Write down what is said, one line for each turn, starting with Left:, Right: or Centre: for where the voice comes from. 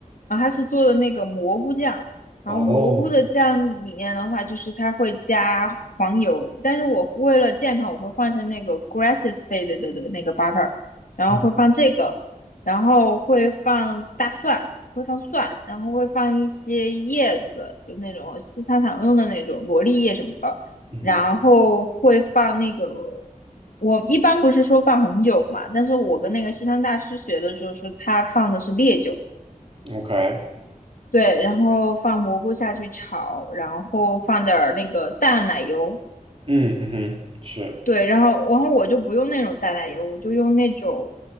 Left: 然后他是做的那个蘑菇酱，然后蘑菇的酱里面的话就是它会加黄油，
Right: 哦，
Left: 但是我为了健康我会换成那个 grass fed 的的那个 butter，然后会放这个，
Right: 啊
Left: 然后会放大蒜。会放蒜，然后会放一些叶子，就那种西餐常用的那种罗勒叶什么的，
Right: 嗯
Left: 然后会放那个，我一般不是说放红酒嘛，但是我跟那个西餐大师学的时候是他放的是烈酒，
Right: 哼，OK，
Left: 对，然后放蘑菇下去炒，然后放点儿那个淡奶油，
Right: 嗯嗯哼，是。
Left: 对，然后然后我就不用那种淡奶油，我就用那种